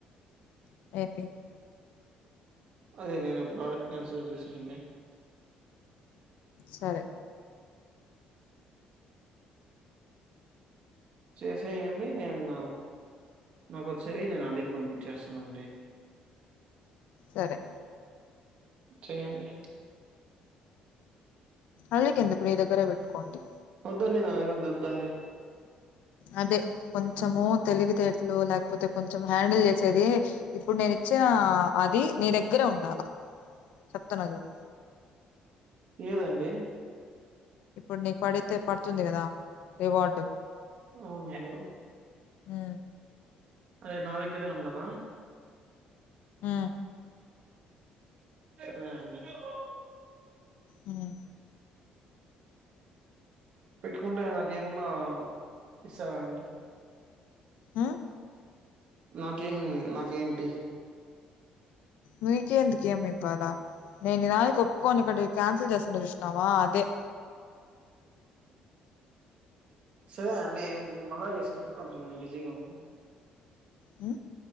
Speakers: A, on the left; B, on the right.
A: <unintelligible>
B: అదే నేను ప్రోడక్ట్ క్యాన్సిల్ చేశానండి
A: సరే
B: చేసేయండి నేను నాకు వచ్చేవి నేను <unintelligible> పంపించేస్తానండి
A: సరే
B: చేయండి
A: అళ్కెందుకు నీ దగ్గర పెట్కోండి
B: వద్దండి నాదగ్గర వద్దండి
A: అదే కొంచము తెలివితేటలు లేకపోతే, కొంచెం హ్యాండిల్ చేసేది ఇప్పుడు నేను ఇచ్చిన అది నీ దగ్గరే ఉండాల చెప్తాను చూడు.
B: ఏదండి
A: ఇప్పుడు నీకు పడితే పడుతుంది కదా. రివార్డ్
B: అవును
A: ఆ
B: అదే నా దగ్గరే ఉండాల
A: ఆ
B: ఆ <unintelligible>
A: ఆ
B: పెట్టుకుంటే నాక ఏమన్నా ఇస్తావానికి
A: ఆ
B: నాకేం నాకేంటి
A: మీకే ఎందుకేమి ఇవ్వాలా, నేను నిదానికి ఒప్పుకోని ఇక్కడి క్యాన్సిల్ చేస్తున్న చూసినావా అదే
B: సరే అండి మే మలా చేస కొంచెం బిజీగా ఉన్నాం.
A: ఆ